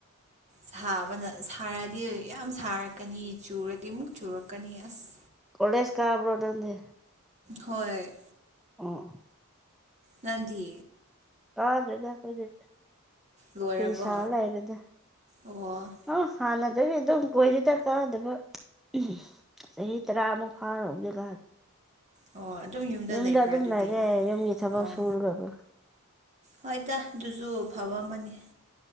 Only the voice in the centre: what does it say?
ꯀꫭꯂꯦꯁ ꯀꯥꯕ꯭ꯔꫭ ꯅꯪꯗꯤ꯫
ꯑꫭ꯫
ꯇꯥꯗ꯭ꯔꯦꯗ ꯈꫭꯏꯗꯤ
ꯐꯤ ꯁꯥ ꯂꯩꯔꯦꯗ꯫
ꯑ ꯍꯥꯟꯅꯗꯒꯤ ꯑꯗꯨꯝ ꯀꯨꯏꯔꯦꯗ ꯀꯥꯗꯕ꯫ <unintelligible> ꯆꯍꯤ ꯇꯔꯥ ꯑꯃꯨꯛ ꯐꯥꯔ ꯍꯖꯤꯀꯥꯟ
ꯌꯨꯝꯗ
ꯑꯗꯨꯝ
ꯂꯩꯔꯦ ꯌꯨꯝꯒꯤ ꯊꯕꯛ
ꯁꯨꯔꯒꯀꫭ꯫